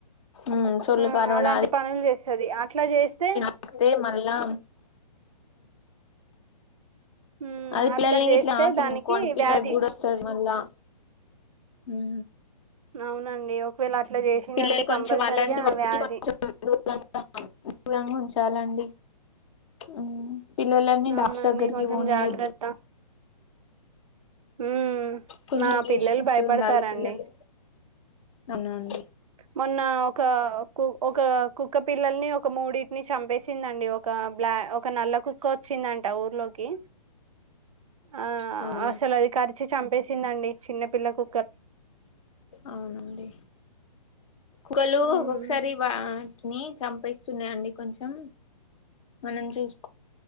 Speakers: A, on the left (about 50°); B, on the right (about 55°).
A: ఉమ్ చొల్లు
B: ఆ
A: కరవడం
B: అలాంటి
A: అది
B: పనులు చేస్తది అట్లా చేస్తే
A: నాకితే మళ్ళా
B: హ్మ్.
A: అది పిల్లలకి
B: అట్లా చేస్తే
A: ఇట్లా హకిందిను
B: దానికి
A: కోండిపిల్లల
B: వ్యాధి
A: గుడ వస్తది మళ్ళా హ
B: అవునండి ఒకవేళ అట్లా చేసిందంటే
A: పిల్లలు కొంచెం
B: కంపల్సరిగా
A: అలాంటి వాటిని
B: వ్యాధి
A: కొంచం దూరంగా దూరంగా ఉంచాలండి అ పిల్లలని డాక్స
B: అవునండి
A: దగ్గర్కి
B: కొంచెం
A: పోనీయద్దు
B: జాగ్రత్త ఉమ్
A: కొంచెం
B: మా
A: చూసుకుంటూ
B: పిల్లలు భయపడతారండి
A: ఉండాలి పిల్లలు అవున అండి
B: మొన్న ఒక కు ఒక కుక్క పిల్లల్ని ఒక మూడిటిని చంపేసిందండి, ఒక బ్లా ఒక నల్ల కుక్క వచ్చిందంట ఊర్లోకి. ఆ
A: హానా
B: అసలు అది కరిచి చంపేసిందండి చిన్న పిల్లకు
A: అవునండి కుగలు
B: ఉమ్
A: ఒకసారి బా ని చంపిస్తున్నా అండి కొంచెం మనం చూస్